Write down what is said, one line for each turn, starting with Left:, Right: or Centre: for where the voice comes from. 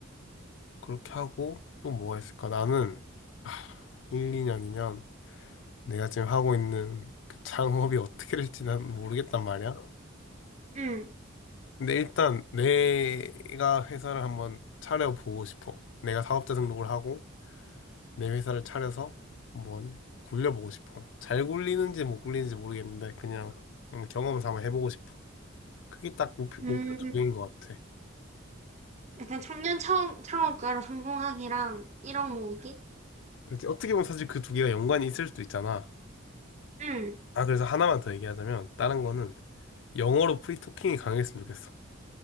Left: 그렇게 하고 또 뭐가 있을까? 나는 아, 1, 2년이면 내가 지금 하고 있는 그 창업이 어떻게 될지 난 모르겠단 말이야.
Right: 응,
Left: 근데 일단 내가 회사를 한번 차려보고 싶어. 내가 사업자 등록을 하고 내 회사를 차려서 한번 굴려보고 싶어. 잘 굴리는지 못 굴리는지 모르겠는데 그냥 음, 경험 삼아 해보고 싶어. 그게 딱 목표,
Right: 응
Left: 목표 두 개인 것 같아.
Right: 약간 청년 창업, 창업가로 성공하기랑 1억 모으기?
Left: 그렇지. 어떻게 보면 사실 그 두 개가 연관이 있을 수도 있잖아.
Right: 응.
Left: 아, 그래서 하나만 더 얘기하자면 다른 거는 영어로 프리토킹이 강했으면 좋겠어.